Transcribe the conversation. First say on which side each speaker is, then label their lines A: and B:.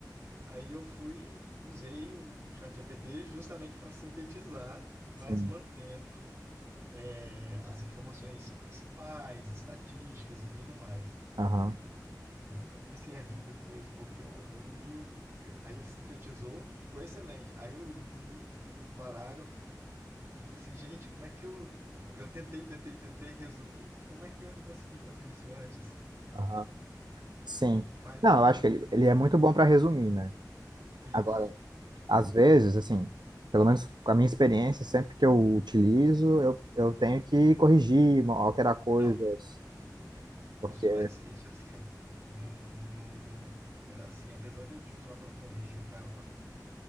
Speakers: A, on the right; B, on the right.
A: Aí eu fui, usei o ChatGPT justamente para sintetizar, mas
B: sim,
A: mantendo é, as informações principais, estatísticas e tudo mais.
B: aham,
A: Eu comecei a rir depois, porque eu, eu li o. Aí ele sintetizou, ficou excelente. Aí eu li o parágrafo, eu falei assim, gente, como é que eu. Eu tentei, tentei, tentei resumir, como é que eu não consegui fazer isso antes?
B: aham. Sim.
A: Mas,
B: Não, eu acho que ele,
A: mas
B: ele é muito bom para resumir, né?
A: Isso.
B: Agora, às vezes, assim, pelo menos com a minha experiência, sempre que eu utilizo, eu, eu tenho que corrigir, mo- alterar coisas,
A: Não, isso
B: porque,
A: é, isso é certo. Eu não, não, não- eu, assim, apesar de eu de usar para corrigir, para